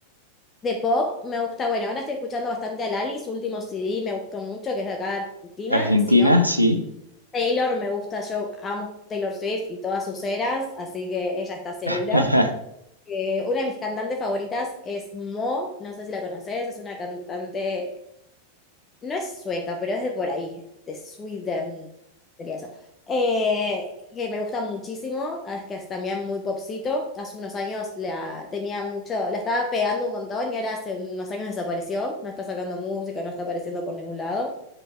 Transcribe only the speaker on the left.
De pop me gusta, bueno, ahora estoy escuchando bastante a Lali, su último CD me gustó mucho, que es de acá de Argentina.
Si no,
Taylor me gusta, yo amo Taylor Swift y todas sus eras, así que ella está segura.
Eh, una de mis cantantes favoritas es Mo, no sé si la conoces, es una cantante, no es sueca, pero es de por ahí, de Sweden, sería eso. Eh, que me gusta muchísimo, ah, es que es también muy popcito. Hace unos años la tenía mucho, la estaba pegando un montón y ahora hace unos años desapareció, no está sacando música, no está apareciendo por ningún lado,